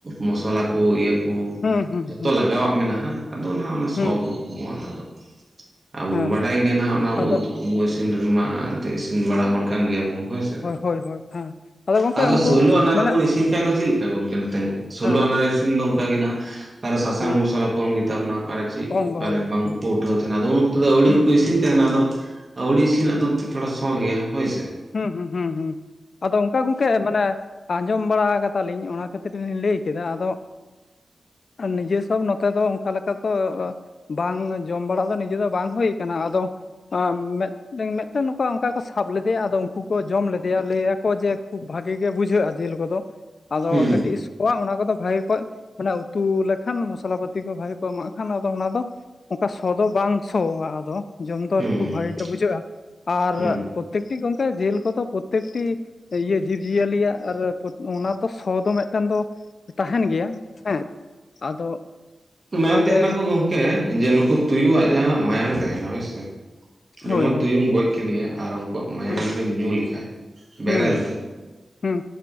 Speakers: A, on the right; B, on the left.
A: ᱢᱚᱥᱞᱟ ᱠᱚ ᱤᱭᱟᱹ ᱦᱩᱸ,
B: ᱦᱮᱸ ᱦᱮᱸ ᱦᱮᱸ
A: ᱡᱷᱚᱛᱚ ᱞᱟᱜᱟᱣᱟᱜ ᱢᱮᱱᱟᱜᱼᱟ, ᱟᱫᱚ ᱱᱟᱦᱟᱜ ᱚᱱᱟ ᱥᱚ
B: ᱦᱮᱸ
A: ᱠᱚ ᱠᱚᱢᱚᱜᱼᱟ ᱚᱱᱟ ᱫᱚ। ᱟᱵᱚ
B: ᱦᱮᱸ
A: ᱵᱟᱰᱟᱭ ᱜᱮᱭᱟ ᱱᱟᱦᱟᱜ ᱚᱱᱟ ᱩ
B: ᱟᱫᱚ
A: <unintelligible> ᱤᱥᱤᱱ <unintelligible> ᱤᱥᱤᱱ ᱵᱟᱲᱟ ᱦᱚᱲ ᱼᱼ ᱠᱟᱱ ᱜᱮᱭᱟ ᱰᱚᱱ ᱦᱳᱭ ᱥᱮ।
B: ᱦᱳᱭ ᱦᱳᱭ ᱦᱮᱸ ᱜᱚᱝᱠᱮ
A: ᱟᱫᱚ
B: ᱩᱱᱠᱩ
A: ᱥᱳᱞᱳ ᱟᱱᱟ ᱨᱮ
B: ᱢᱟᱱᱮ
A: ᱵᱚᱱ ᱤᱥᱼᱼ ᱤᱱ ᱫᱚ ᱪᱮᱫ ᱞᱮᱠᱟ ᱜᱚᱝᱠᱮ ᱱᱛᱮ ᱥᱳᱞᱳ
B: ᱦᱮᱸ
A: ᱟᱱᱟ ᱤᱥᱤᱱ ᱫᱚ ᱚᱱᱠᱟ ᱜᱮ ᱱᱟᱦᱟᱜ ᱥᱟᱥᱟᱝ
B: ᱦᱮᱸ
A: ᱢᱚᱥᱞᱟ ᱼᱼ ᱠᱚᱢ ᱜᱮ ᱛᱟᱵᱚᱱᱟ, ᱚᱠᱟᱨᱮ ᱪᱮᱫ
B: ᱠᱚᱢ
A: ᱚᱠᱟᱨᱮ
B: ᱜᱮ ᱦᱳᱭ
A: ᱵᱟᱝᱠᱚ ᱩᱴᱷᱟᱹᱣ ᱛᱟᱦᱮᱱᱟ। ᱟᱫᱚ ᱩᱱ ᱚᱠᱛᱚ ᱫᱚ ᱟᱹᱣᱲᱤ
B: ᱦᱩᱸ
A: ᱠᱚ ᱤᱥᱤᱱ ᱛᱟᱦᱮᱱᱟ। ᱟᱫᱚ ᱼᱼ ᱟᱹᱣᱲᱤ ᱤᱥᱤᱱᱟᱜ ᱫᱚ, ᱮᱱᱛᱮ ᱛᱷᱚᱲᱟ ᱥᱚ ᱜᱮᱭᱟ ᱦᱳᱭ ᱥᱮ।
B: ᱦᱩᱸ ᱦᱩᱸ, ᱦᱩᱸ ᱦᱩᱸ ᱟᱫᱚ ᱚᱱᱠᱟ ᱜᱚᱝᱠᱮ, ᱢᱟᱱᱮ ᱼᱼ ᱟᱸᱡᱚᱢ ᱵᱟᱲᱟ ᱠᱟᱫᱟᱞᱤᱧ, ᱚᱱᱟ ᱠᱷᱟᱹᱛᱤᱨ ᱞᱤᱧ ᱞᱟᱹᱭ ᱠᱮᱫᱟ। ᱟᱫᱚ ᱼᱼ ᱱᱤᱡᱮᱥᱚᱵ ᱱᱚᱛᱮ ᱫᱚ, ᱚᱱᱠᱟ ᱞᱮᱠᱟ ᱫᱚ ᱵᱟᱝ ᱡᱚᱢ ᱵᱟᱲᱟ ᱫᱚ, ᱱᱤᱡᱮ ᱫᱚ ᱵᱟᱝ ᱦᱩᱭᱩ ᱠᱟᱱᱟ, ᱟᱫᱚ ᱼᱼ ᱟᱸ ᱡᱮᱫ ᱢᱮᱫᱴᱮᱝ ᱢᱮᱫᱴᱟᱝ ᱱᱚᱝᱠᱟ ᱚᱱᱠᱟ ᱠᱚ ᱥᱟᱵ ᱞᱮᱫᱼᱼ ᱮᱭᱟ, ᱟᱫᱚ ᱩᱱᱠᱩ ᱠᱚ ᱡᱚᱢ ᱞᱮᱫᱮᱭᱟ, ᱞᱟᱹᱭᱟᱠᱚ ᱡᱮ ᱠᱷᱩᱵ ᱵᱷᱟᱜᱮ ᱜᱮ ᱵᱩᱡᱷᱟᱹᱜᱼᱟ ᱡᱮᱞ ᱠᱚᱫᱚ। ᱟᱫᱚ
A: ᱦᱩᱸ
B: ᱠᱟᱹᱴᱤᱡ ᱥ ᱠᱚᱣᱟ, ᱚᱱᱟ ᱠᱚᱫᱚ ᱵᱷᱹᱟᱜᱤ ᱠᱚᱡ, ᱚᱱᱟ ᱩᱛᱩ ᱞᱮᱠᱷᱟᱱ। ᱢᱚᱥᱞᱟ ᱯᱟᱹᱛᱤ ᱠᱚ ᱵᱷᱹᱟᱜᱤ ᱠᱚ ᱮᱢᱟᱜ ᱠᱷᱟᱱ, ᱟᱫᱚ ᱚᱱᱟ ᱫᱚ ᱼᱼ ᱚᱱᱠᱟ ᱥᱚ ᱫᱚ ᱵᱟᱝ ᱥᱚᱣᱟ ᱟᱫᱚ, ᱡᱚᱢ ᱫᱚ
A: ᱦᱩᱸ
B: ᱠᱷᱩᱵ ᱵᱷᱟᱜᱤ ᱜᱮ ᱵᱩᱡᱷᱟᱹᱜᱼᱟ। ᱟᱨ
A: ᱦᱩᱸ
B: ᱛᱮᱠᱴᱤ ᱜᱚᱢᱠᱮ ᱡᱮᱞ ᱠᱚᱫᱚ ᱯᱨᱚᱛᱛᱮᱠᱴᱤ ᱤᱭᱟᱹ ᱡᱤᱵᱽᱼᱡᱤᱭᱟᱹᱞᱤᱭᱟᱜ, ᱟᱨ ᱚᱱᱟ ᱛᱚ ᱥᱚ ᱫᱚ ᱢᱤᱫᱴᱟᱱ ᱫᱚ ᱛᱟᱦᱮᱱ ᱜᱮᱭᱟ ᱦᱮᱸ। ᱟᱫᱚ
A: ᱢᱮᱱ
B: ᱚᱱᱟᱛᱮ
A: ᱛᱮᱦᱮᱱᱟᱠᱚ ᱜᱚᱝᱠᱮ ᱡᱮ ᱱᱩᱠᱩ ᱛᱩᱭᱩᱣᱟᱜ ᱡᱟᱦᱟᱸ ᱢᱟᱭᱟᱝ ᱛᱟᱦᱮᱱᱟ ᱦᱳᱭ ᱥᱮ,
B: ᱦᱳᱭ
A: ᱡᱮᱢᱚᱱ
B: ᱦᱳᱭ
A: ᱛᱩᱭᱩᱢ ᱜᱚᱡ ᱠᱮᱫᱮᱭᱟ, ᱟᱨ ᱩᱱᱠᱩᱣᱟᱜ ᱢᱟᱭᱟᱢ
B: ᱦᱩᱸ
A: ᱡᱩᱫᱤᱢ ᱧᱩ ᱞᱮᱠᱷᱟᱡ ᱵᱮᱨᱮᱞ
B: ᱦᱩᱸ
A: ᱛᱮ,
B: ᱦᱩᱸ।